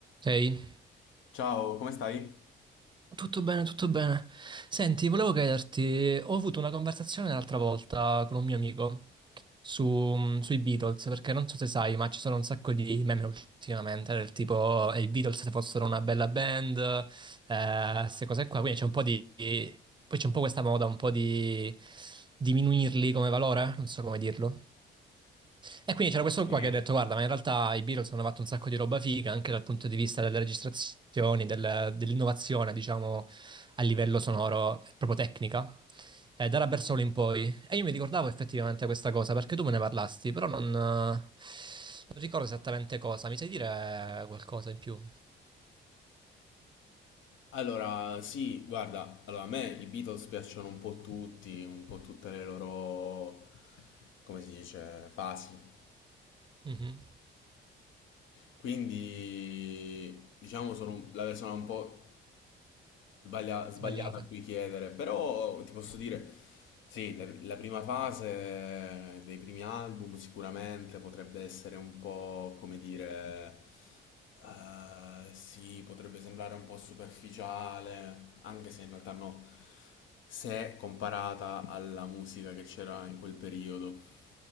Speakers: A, on the right; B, on the left.
A: Ehi,
B: Ciao, come stai?
A: tutto bene, tutto bene. Senti, volevo chiederti, ho avuto una conversazione l'altra volta con un mio amico su- sui Beatles, perché non so se sai, ma ci sono un sacco di meme ultimamente, del tipo eh, i Beatles se fossero una bella band, eh, queste cose qua, quindi c'è un po' di... poi c'è un po' questa moda, un po' di diminuirli come valore, non so come dirlo. E quindi c'era questo
B: Sì.
A: qua che ha detto: Guarda, ma in realtà i Beatles hanno fatto un sacco di roba figa anche dal punto di vista delle registrazioni, del- dell'innovazione, diciamo, a livello sonoro, eh, proprio tecnica, eh, da Rubber Soul in poi. E io mi ricordavo effettivamente questa cosa perché tu me ne parlasti, però non, eh, non ricordo esattamente cosa. Mi sai dire qualcosa in più?
B: Allora, sì, guarda, allora, a me i Beatles piacciono un po' tutti, un po' tutte le loro, come si dice, fasi.
A: Mhm.
B: Quindi, diciamo, sono un- la persona un po' Sbaglia- sbagliato
A: Sbagliata.
B: a cui chiedere, però ti posso dire, sì, la, la prima fase dei primi album sicuramente potrebbe essere un po', come dire, eh, sì, potrebbe sembrare un po' superficiale, anche se in realtà no, se comparata alla musica che c'era in quel periodo.